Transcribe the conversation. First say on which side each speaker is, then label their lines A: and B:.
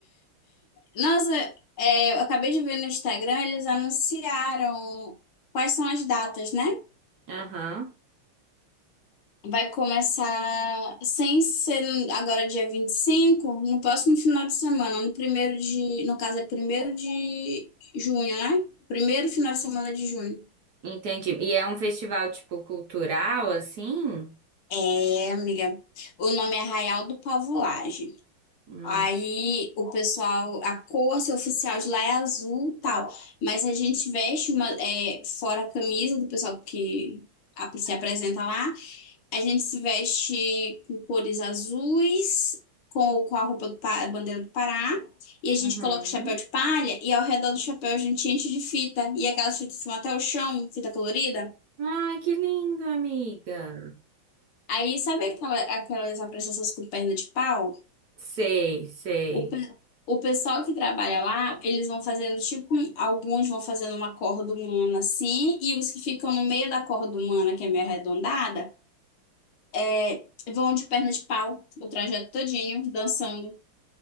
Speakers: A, on the left; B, on the right.
A: Nossa, é, eu acabei de ver no Instagram, eles anunciaram quais são as datas, né?
B: Aham,
A: Vai começar, sem ser agora dia 25 no próximo final de semana, no primeiro de, no caso é primeiro de junho, né? Primeiro final de semana de junho.
B: entendi. E é um festival, tipo, cultural, assim?
A: É, amiga. O nome é Arraial do Pavulagem.
B: Hum.
A: Aí o pessoal, a cor assim, oficial de lá é azul e tal. Mas a gente veste uma, é, fora a camisa do pessoal que a- se apresenta lá. A gente se veste com cores azuis, com, com a roupa do, Pa- a bandeira do Pará. E a gente
B: Uhum.
A: coloca o chapéu de palha. E ao redor do chapéu a gente enche de fita. E aquelas fitas que vão até o chão, fita colorida.
B: Ai, que lindo, amiga.
A: Aí sabe aquela, aquelas apresentações com perna de pau?
B: Sei, sei.
A: O, pe- o pessoal que trabalha lá, eles vão fazendo tipo, alguns vão fazendo uma corda humana assim, e os que ficam no meio da corda humana, que é meio arredondada, é, vão de perna de pau, o trajeto todinho, dançando.